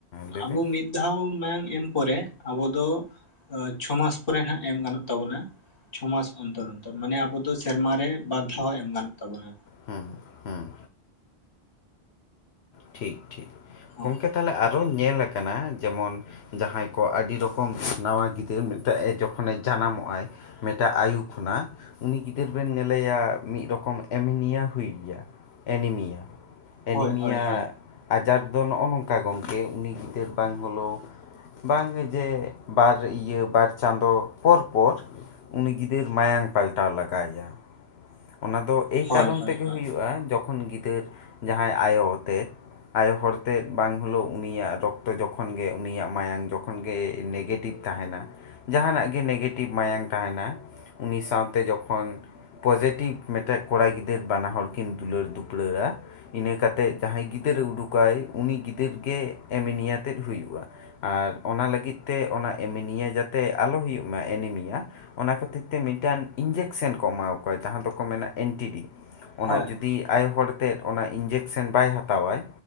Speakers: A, on the left; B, on the left.
A: ᱞᱟᱹᱭ
B: ᱟᱵᱚ
A: ᱵᱤᱱ
B: ᱢᱤᱫ ᱫᱷᱟᱣ ᱢᱟᱭᱟᱝ ᱮᱢ ᱯᱚᱨᱮ ᱟᱵᱚ ᱫᱚ ᱪᱷᱚᱢᱟᱥ ᱯᱚᱨᱮ ᱱᱟᱦᱟᱜ ᱮᱢ ᱜᱟᱱᱚᱜ ᱛᱟᱵᱚᱱᱟ ᱪᱷᱚᱢᱟᱥ ᱚᱱᱛᱚᱨ ᱨᱮ ᱛᱚ ᱢᱟᱱᱮ ᱟᱵᱚ ᱫᱚ ᱥᱮᱨᱢᱟᱨ ᱨᱮ ᱵᱟᱨᱫᱷᱟᱣ ᱦᱚᱸ ᱮᱢ ᱜᱟᱱᱚᱜ ᱛᱟᱵᱚᱱᱟ
A: ᱦᱮᱸ ᱦᱮᱸ ᱴᱷᱤᱠ ᱴᱷᱤᱠ
B: ᱦᱳᱭ
A: ᱜᱚᱢᱠᱮ ᱛᱟᱦᱚᱞᱮ ᱟᱨᱚ ᱧᱮᱞ ᱠᱟᱱᱟ ᱡᱮᱢᱚᱱ ᱡᱟᱦᱟᱸᱭ ᱠᱚ ᱟᱰᱤ ᱨᱚᱠᱚᱢ ᱱᱟᱣᱟ ᱜᱤᱫᱽᱨᱟᱹ ᱢᱤᱫᱴᱮᱡ ᱡᱚᱠᱷᱚᱱᱮ ᱡᱟᱱᱟᱢᱚᱜ ᱟᱭ ᱢᱤᱫᱴᱟᱜ ᱟᱭᱩ ᱠᱷᱚᱱᱟᱜ ᱩᱱᱤ ᱜᱤᱫᱟᱹᱨ ᱵᱮᱱ ᱧᱮᱞᱮᱭᱟ ᱢᱤᱫ ᱨᱚᱠᱚᱢ ᱮᱢᱤᱱᱤᱭᱟ ᱦᱩᱭ ᱮᱭᱟ ᱮᱱᱤᱢᱤᱭᱟ
B: ᱦᱳᱭ
A: ᱮᱱᱤᱢᱤᱭᱟ
B: ᱦᱳᱭ ᱦᱳᱭ
A: ᱟᱡᱟᱨ ᱫᱚ ᱱᱚᱜ-ᱚ ᱱᱚᱝᱠᱟ ᱜᱚᱢᱠᱮ ᱩᱱᱤ ᱜᱤᱫᱟᱹᱨ ᱵᱟᱝ ᱦᱚᱞᱚ ᱵᱟᱝ ᱡᱮ ᱵᱟᱨ ᱤᱭᱟᱹ ᱵᱟᱨ ᱪᱟᱸᱫᱚ ᱯᱚᱨ ᱯᱚᱨ ᱩᱱᱤ ᱜᱤᱫᱟᱹᱨ ᱢᱟᱭᱟᱝ ᱯᱟᱞᱴᱟᱣ ᱞᱟᱜᱟᱣ ᱟᱭᱟ ᱚᱱᱟ ᱫᱚ ᱮᱭ
B: ᱦᱳᱭ
A: ᱠᱟᱨᱚᱱ
B: ᱦᱳᱭ
A: ᱛᱮᱜᱮ
B: ᱦᱳᱭ
A: ᱦᱩᱭᱩᱜ-ᱟ ᱡᱚᱠᱷᱚᱱ ᱜᱤᱫᱟᱹᱨ ᱡᱟᱦᱟᱸᱭ ᱟᱭᱳ ᱟᱛᱮᱡ ᱟᱭᱳ ᱦᱚᱲ ᱛᱮᱫ ᱵᱟᱝ ᱦᱳᱞᱳ ᱩᱱᱤᱭᱟᱜ ᱨᱚᱠᱛᱚ ᱡᱚᱠᱷᱚᱱ ᱜᱮ ᱩᱱᱤᱭᱟᱜ ᱢᱟᱭᱟᱝ ᱡᱚᱠᱷᱚᱱ ᱜᱮ ᱱᱮᱜᱮᱴᱤᱵᱽ ᱛᱟᱦᱮᱱᱟ ᱡᱟᱦᱟᱱᱟᱜ ᱜᱮ ᱱᱮᱜᱮᱴᱤᱵᱷ ᱢᱟᱭᱟᱝ ᱛᱟᱦᱮᱱᱟ ᱩᱱᱤ ᱥᱟᱶᱛᱮ ᱡᱚᱠᱷᱚᱱ ᱯᱚᱡᱮ ᱴᱤᱵᱽ ᱢᱤᱫᱴᱮᱡ ᱠᱚᱲᱟ ᱜᱤᱫᱟᱹᱨ ᱵᱟᱱᱟ ᱦᱚᱲ ᱠᱤᱱ ᱫᱩᱞᱟᱹᱲ ᱫᱩᱯᱲᱟ-ᱟ ᱤᱱᱟᱹ ᱠᱟᱛᱮᱫ ᱡᱟᱦᱟᱸᱭ ᱜᱤᱫᱟᱹᱨᱮ ᱩᱰᱩᱠᱟᱭ ᱩᱱᱤ ᱜᱤᱫᱟᱹᱨ ᱜᱮ ᱮᱢᱮᱱᱤᱭᱟ ᱛᱮᱫ ᱦᱩᱭᱩᱜ-ᱟ ᱾ ᱟᱨ ᱚᱱᱟ ᱞᱟᱹᱜᱤᱫ ᱛᱮ ᱚᱱᱟ ᱮᱢᱤᱱᱤᱭᱟ ᱡᱟᱛᱮᱜ ᱟᱞᱚ ᱦᱩᱭᱩᱜ ᱢᱟ ᱮᱱᱤᱢᱤᱭᱟ ᱚᱱᱟ ᱠᱷᱟᱹᱛᱤᱨ ᱛᱮ ᱢᱤᱫᱴᱟᱱ ᱤᱧᱡᱮᱠᱥᱮᱱ ᱠᱚ ᱮᱢᱟᱣ ᱠᱚᱣᱟ ᱡᱟᱦᱟᱸ ᱫᱚᱠᱚ ᱢᱮᱱᱟ ᱮᱱᱴᱤᱰᱤ ᱚᱱᱟ
B: ᱦᱳᱭ
A: ᱡᱩ ᱫᱤ ᱟᱭᱳ ᱦᱚᱲ ᱛᱮᱫ ᱚᱱᱟ ᱤᱧᱡᱮᱠᱥᱮᱱ ᱵᱟᱭ ᱦᱟᱛᱟᱣ ᱟᱭ